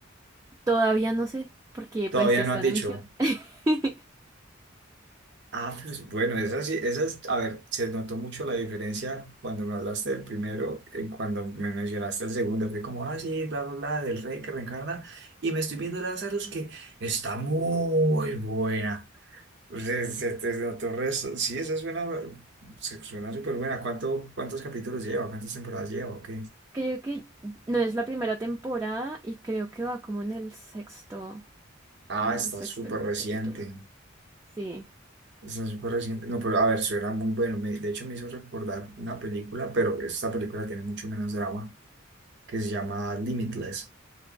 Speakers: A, on the right (about 15°); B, on the right (about 55°).
A: todavía no sé porque
B: Todavía
A: pues está
B: no han dicho.
A: en emisión. <laughs>
B: Ah, pues bueno, esa sí, esa es, a ver, se notó mucho la diferencia cuando me hablaste del primero y cuando me mencionaste el segundo. Fue como, ah, sí, bla, bla, bla, del rey que reencarna. Y me estoy viendo Lazarus que está muy buena. Se, se, se notó resto. Sí, esa suena, se- suena súper buena. ¿Cuánto, cuántos capítulos lleva? ¿Cuántas temporadas lleva? Ok.
A: Creo que no es la primera temporada y creo que va como en el sexto,
B: Ah,
A: como en
B: está
A: el sexto
B: súper reciente.
A: capítulo. Sí.
B: Está súper reciente. No, pero a ver, suena muy bueno. Me- de hecho, me hizo recordar una película, pero esta película tiene mucho menos drama, que se llama Limitless.